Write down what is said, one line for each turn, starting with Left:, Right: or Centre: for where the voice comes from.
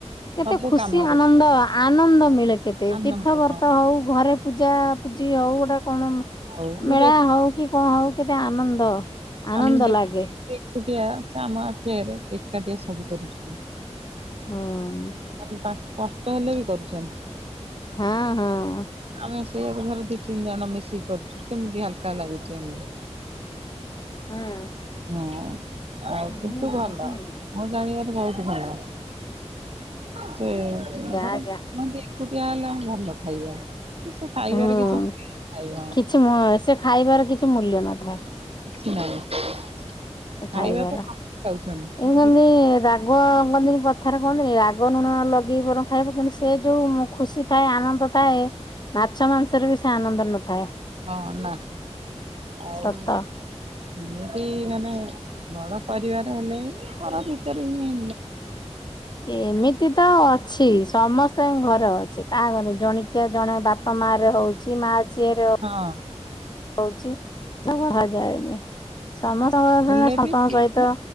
Left: କେତେ
Right: ସବୁ
Left: ଖୁସି
Right: କାମରେ
Left: ଆନନ୍ଦ ଆନନ୍ଦ ମିଳେ କେତେ
Right: ଆନନ୍ଦ
Left: ତୀର୍ଥ ବର୍ତ
Right: ହଁ
Left: ହଉ ଘରେ ପୂଜା ପୂଜି ହଉ ଗୋଟେ କଣ
Right: ହଉ ମୋର
Left: ମେଳା ହଉ କି କଣ ହଉ କେତେ ଆନନ୍ଦ ଆନନ୍ଦ
Right: ଆମେ ଦେଖୁ
Left: ଲାଗେ।
Right: ସେ ଏକୁଟିଆ ସେ ଆମ ଆଖି ଆଗରେ ଏକା ଟିଆ ସବୁ କରୁଛନ୍ତି।
Left: ହୁଁ।
Right: ମାନେ ତାଙ୍କୁ କଷ୍ଟ ହେଲେ ବି କରୁଛନ୍ତି।
Left: ହାଁ ହଁ।
Right: ଆମେ ସେଇଆକୁ ଧର ଦି ତିନି ଜଣ ମିଶିକି କରୁଛୁ କେମିତି ହାଲକା ଲାଗୁଛି ଆମକୁ
Left: ହଁ।
Right: ହଁ
Left: ଆଜ୍ଞା
Right: ଆଉ କିନ୍ତୁ ଭଲ। ମୁଁ ଜାଣିବାରେ ବହୁତ ଭଲ। ସେ ବି ଧର
Left: ଆଜ୍ଞା
Right: ମୁଁ ବି ଏକୁଟିଆ ହେଲେ ଭଲ ଖାଇବ। କିନ୍ତୁ ସେ ଖାଇବାର
Left: ହୁଁ
Right: କିଛି ମୂଲ୍ୟ ନଥାଏ ହଁ।
Left: କିଛି ମୁ ସେ ଖାଇବାର କିଛି ମୂଲ୍ୟ ନଥାଏ।
Right: କିଛି ନାହିଁ।
Left: ସେ
Right: ଖାଇବା
Left: ଖାଇବାର
Right: ତ ସମସ୍ତେ ଖାଉଛନ୍ତି।
Left: ଏ ମାନେ ରା <unintelligible> ମାନେ କଥାରେ କୁହନ୍ତିନି ରାଗ ଲୁଣ ଲଗେଇ ବରଂ ଖାଇବ କିନ୍ତୁ ସେ ଯୋଉ ଖୁସି ଥାଏ ଆନନ୍ଦ ଥାଏ ମାଛ ମାଂସରେ ବି ସେ ଆନନ୍ଦ ନଥାଏ।
Right: ହଁ ନା ଆଉ
Left: ସତ।
Right: ଏମିତି ମାନେ ବଡ଼ ପରିିବାର ହେଲେ ବି ଘର ଭିତେରେ ବି
Left: ଏମିତି ତ ଅଛି ସମସ୍ତଙ୍କ ଘର ଅଛି କାହା ଘରେ ଜଣିକିଆ ଜଣ ବା ମାରେ ହଉଛି ମା ଝିଏରେ ହ
Right: ହଁ
Left: ହଉଛି ଶୁଭାଯାଏନି ସମସ୍ତଙ୍କ
Right: ହେଲେ
Left: ଯଦି ସମସ୍ତଙ୍କ
Right: ବି ସିଏ
Left: ସହିତ
Right: ମାନେ